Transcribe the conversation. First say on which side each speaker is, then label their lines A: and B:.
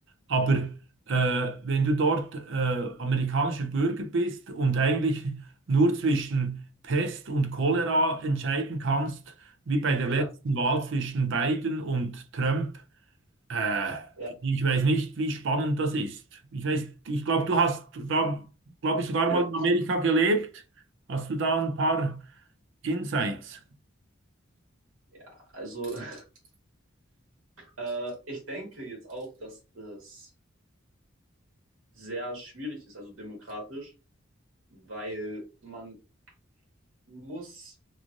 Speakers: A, on the right; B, on the right.
A: Aber äh, wenn du dort äh, amerikanischer Bürger bist und eigentlich nur zwischen Pest und Cholera entscheiden kannst, wie bei der
B: Ja,
A: Mhm. letzten Wahl zwischen Biden und Trump. Äh,
B: ja.
A: ich weiß nicht, wie spannend das ist. Ich weiß, ich glaube, du hast da, glaube ich, sogar
B: ja.
A: mal in Amerika gelebt. Hast du da ein paar Insights?
B: Ja, also <laughs> äh, ich denke jetzt auch, dass das sehr schwierig ist, also demokratisch, weil man muss